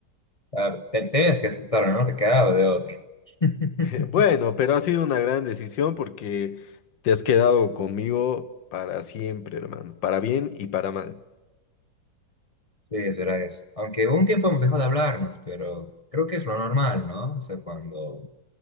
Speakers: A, on the left (about 25°); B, on the left (about 80°).
A: Claro, te- tenías que aceptarlo, no te quedaba de otro. <laughs>
B: <laughs> Bueno, pero ha sido una gran decisión porque te has quedado conmigo para siempre, hermano, para bien y para mal.
A: Sí, es verdad eso. Aunque un tiempo hemos dejado de hablarnos, pero creo que es lo normal, ¿no? O sea, cuando